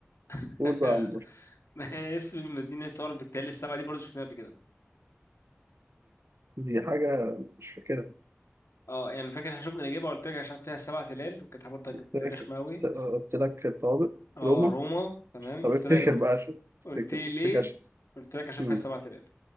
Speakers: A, on the left; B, on the right.
A: <laughs>
B: قول بقى يا عمور.
A: ما هي اسم المدينة تعرف بالتلال السبعة دي برضه شفناها قبل كده
B: دي حاجة مش فاكرها
A: اه يعني فاكر احنا شفنا الإجابة قلت لك عشان فيها سبع تلال وكانت برضه كانت
B: قلت لك
A: رخمة أوي
B: قلت لك الطوابق
A: اه
B: روما
A: روما تمام
B: طب
A: قلت
B: افتكر
A: لك
B: بقى عشان افتكر
A: قلت لي
B: افتكر
A: ليه
B: عشان
A: قلت لك عشان
B: مم،
A: فيها سبع تلال